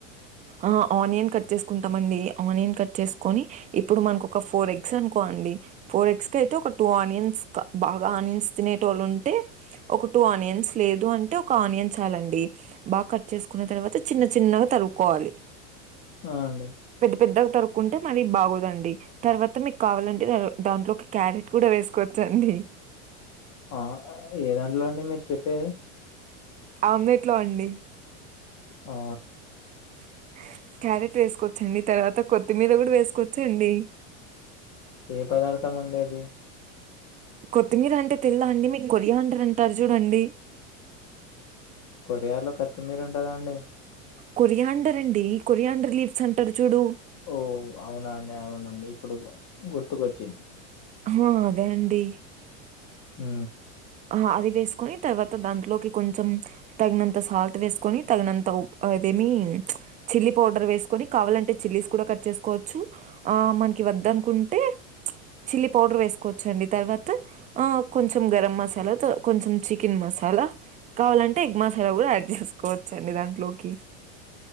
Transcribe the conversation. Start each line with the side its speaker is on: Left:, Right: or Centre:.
Right: అ ఆనియన్ కట్ చేసుకుంటామండి ఆనియన్ కట్ చేసుకొని ఇప్పుడు మనకు ఒక ఫోర్ ఎగ్స్ అనుకోండి ఫోర్ ఎగ్స్ కయితే ఒక టూ ఆనియన్స్ బాగా ఆనియన్స్ తినేటోళ్లు ఉంటే ఒక టూ ఆనియన్స్ లేదు అంటే ఒక ఆనియన్ చాలండి బా కట్ చేసుకున్న తర్వాత చిన్న చిన్నగా తరుకోవాలి
Left: ఆ అండి
Right: పెద్ద పెద్ద గా తరుక్కుంటే మరీ బాగోదండి తర్వాత మీకు కావాలంటే దాంట్లో కి క్యారెట్ కూడ వేసుకోచ్చండి
Left: ఆ ఏ దాంట్లో అండి మీరు చెప్పేది
Right: ఆమ్లెట్లో అండి
Left: ఆ
Right: <inaudible> క్యారెట్ వేసుకోవచ్చండి తరువాత కోత్తిమీర గుడ వేసుకోవచ్చండి
Left: ఏ పదార్థం అండి అది
Right: కొత్తిమీర అంటే తెల్ద అండి మీరు కొరియాండర్ అంటారు చూడండి
Left: కొరియా లో కత్తిమీర్ ఉంటదండి
Right: కొరియాండర్ అండి కొరియాండర్ లీవ్స్ అంటారు చూడు
Left: ఓ అవునా అండి అవునండి ఇప్పుడు గుర్తుకొచ్చింది
Right: ఆ అదేనండి
Left: ఉ
Right: ఆ అది వేసుకొని తర్వాత దాంట్లోకి కొంచెం తగినంత సాల్ట్ వేసుకొని తగినంత ఉ అదేమి చిల్లీ పౌడర్ వేసుకొని కావలంటే చిల్లీస్ కూడ కట్ చేసుకోచ్చు ఆ మన్కి వద్దనుకుంటే చిల్లీ పౌడర్ వేసుకోవచ్చు అండి తర్వాత ఆ కొంచెం గరం మస్ <unintelligible> కొంచెం చికెన్ మసాల కావాలంటే ఎగ్ మసాల గుడ యాడ్ చేసుకోచ్చండి దాంట్లోకి